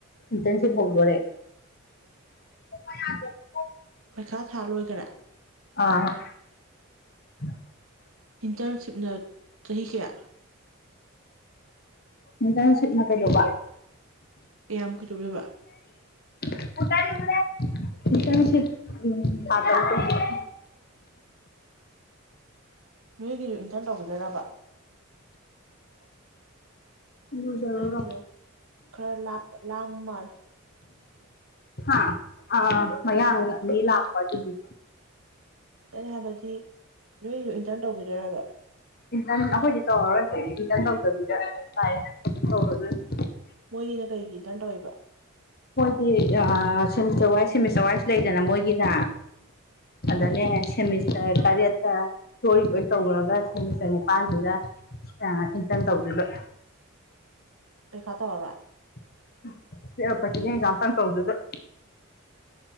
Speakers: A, on the left; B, on the right.
A: ꯏꯟꯇꯔꯟꯁꯤꯞ ꯍꯧꯗꯣꯢꯔꯦ <unintelligible>
B: ꯄꯩꯈꯥ ꯊꯥ ꯂꯣꯏꯒꯔꯦ꯫
A: ꯑꯥ <inaudible>
B: ꯏꯟꯇꯔꯟꯁꯤꯞꯅ ꯆꯍꯤ ꯀꯌꯥ꯫
A: ꯏꯟꯇꯔꯟꯁꯤꯞꯅ ꯀꯩꯗꯧꯕ꯫
B: ꯀꯌꯥꯝ ꯀꯩꯗꯧꯗꯣꯏꯕ꯫
A: <unintelligible> ꯏꯟꯇꯔꯟꯁꯤꯞ ꯎꯝ <unintelligible>
B: ꯅꯣꯏꯒꯤꯖꯨ ꯏꯟꯇꯔꯟ ꯇꯧꯒꯤꯗꯣꯏꯔꯕ꯫
A: ꯂꯨꯖꯔꯨꯔꯣ
B: ꯅꯪꯒꯤꯗꯣ ꯈꯔ ꯂꯥꯞ ꯂꯥꯡ ꯃꯥꯜꯂꯦ꯫
A: ꯍꯥ ꯑꯥ ꯃꯌꯥꯡ ꯑꯅꯤ ꯂꯥꯛꯄ ꯑꯗꯨꯒꯤ꯫
B: ꯑꯩꯅ ꯍꯥꯏꯕꯗꯤ ꯅꯣꯏꯒꯤꯖꯨ ꯏꯟꯇꯔꯟ ꯇꯧꯒꯤꯗꯣꯏꯔꯕ꯫
A: ꯏꯟꯇꯔꯟ ꯑꯩꯈꯣꯏꯗꯤ ꯇꯧꯔꯔꯣꯏ ꯏꯟꯇꯔꯟ ꯇꯧꯗꯕꯤꯗ <unintelligible> <unintelligible>
B: ꯃꯣꯏꯒꯤꯅ ꯀꯩꯒꯤ intern ꯇꯧꯏꯕ꯫
A: <unintelligible> Semester wise semester wise ꯂꯩꯗꯅ ꯃꯣꯏꯒꯤꯅ
B: ꯑꯣ
A: ꯑꯗꯅꯦ ꯁꯦꯃꯤꯁ ꯇꯔ ꯇꯔꯦꯠꯇ ꯊꯤꯑꯣꯔꯤ ꯂꯣꯏ ꯇꯧꯒ꯭ꯔꯒ ꯁꯦꯃꯤꯁꯇꯔ ꯅꯤꯄꯥꯟꯗꯨꯗ ꯑꯥ ꯏꯟꯇꯔꯟ ꯇꯧꯗꯣꯏꯕ꯫
B: ꯄꯩꯈꯥ ꯇꯧꯔꯔꯣꯏ
A: <unintelligible> ꯄ꯭ꯔꯇꯤꯀꯦꯟ ꯑꯦꯛꯖꯥꯝꯇꯪ ꯇꯧꯗꯣꯢꯕ